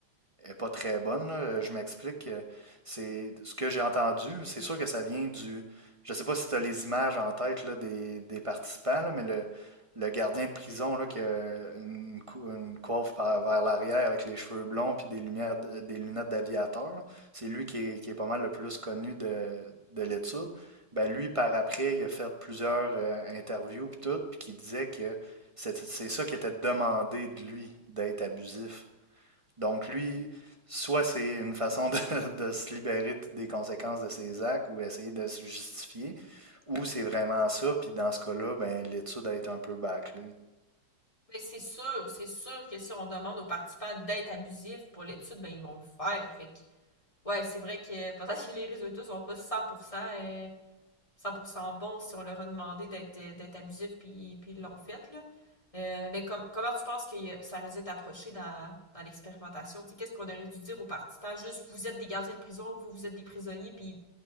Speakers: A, on the right (about 20°); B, on the left (about 15°).
A: est pas très bonne. là. Euh, Je m'explique. euh, C'est ce que j'ai entendu. C'est sûr que ça vient du. Je sais pas si tu as les images en tête là, des, des participants, là, mais le, le gardien de prison là, qui a une, cou- une coiffe par- vers l'arrière avec les cheveux blonds puis des lumières, d- des lunettes d'aviateur, là, c'est lui qui est, qui est pas mal le plus connu de, de l'étude. Ben lui, par après, il a fait plusieurs euh, interviews puis tout, puis qui disait que c'est c'est ça qui était demandé de lui, d'être abusif. Donc lui, soit c'est une façon de, <laughs> de se libérer des conséquences de ses actes ou essayer de se justifier, ou c'est vraiment ça, puis dans ce cas-là, ben, l'étude a été un peu bâclée.
B: Mais c'est sûr, c'est sûr que si on demande aux participants d'être abusifs pour l'étude, ben ils vont le faire. Fait que ouais, c'est vrai que euh, <laughs> peut-être que les résultats sont pas 100% euh, 100% bon si on leur a demandé d'être euh, d'être abusif puis puis ils l'ont fait là. Euh, mais com- comment tu penses que euh, ça aurait dû être approché dans, dans l'expérimentation? Tu sais, qu'est-ce qu'on aurait dû dire aux participants? Juste, vous êtes des gardiens de prison, vous, vous êtes des prisonniers, puis